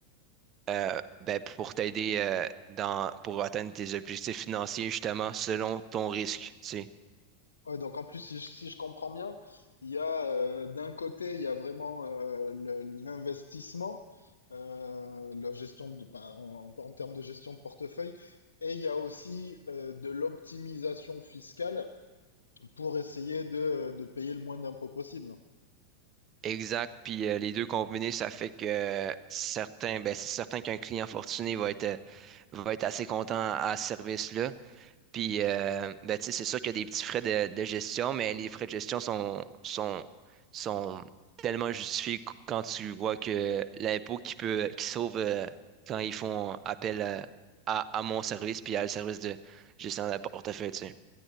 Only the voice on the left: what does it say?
Ouais, donc en plus, si je, si je comprends bien, il y a euh, d'un côté, il y a vraiment euh, le- l'investissement, euh, la gestion de, ben, en, en termes de gestion de portefeuille, et il y a aussi euh, de l'optimisation fiscale pour essayer de, de payer le moins d'impôts possible.